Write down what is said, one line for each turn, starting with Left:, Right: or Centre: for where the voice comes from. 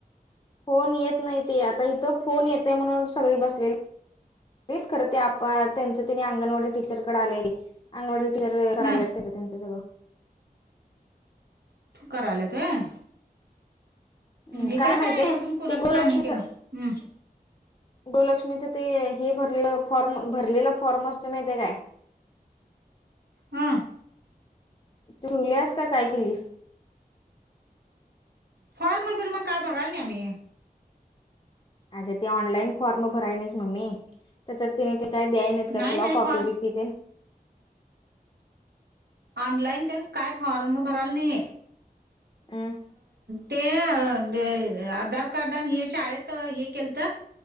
Left: फोन येत नाही ते आता इथं फोन येते म्हणून. सग बसली खर आपण ते त्यांचं त्यांनी अंगणवाडी टीचरकडे आलेली. अंगणवाडी टीचर करायलात
Right: ह
Left: त्या त्यांचं सगळं.
Right: कराल्यात होय.
Left: हम्म,
Right: इकडं
Left: माहितीय
Right: काय अजून कोणाचं
Left: ते गोलक्ष्मीच
Right: काय नाही की ग.
Left: गोलक्ष्मीच ते हे भरले फॉर्म भरलेला फॉर्म असत माहिते काय.
Right: हां.
Left: ठेवल्यास का काय केलेस.
Right: फॉरम फिर मग काय भराल नाही आम्ही.
Left: अ ते ऑनलाईन फॉर्म भराय नाही मम्मी त्याच्यात तिने ते. काय द्याय नाहीत
Right: नाही
Left: का तुला
Right: नाही
Left: कॉपी
Right: फॉर्म
Left: बिपी ते.
Right: ऑनलाईन ते काय फॉर्म भरायला नाही.
Left: अं
Right: ते डे आधार कार्ड आणि हे शाळेत हे केलत.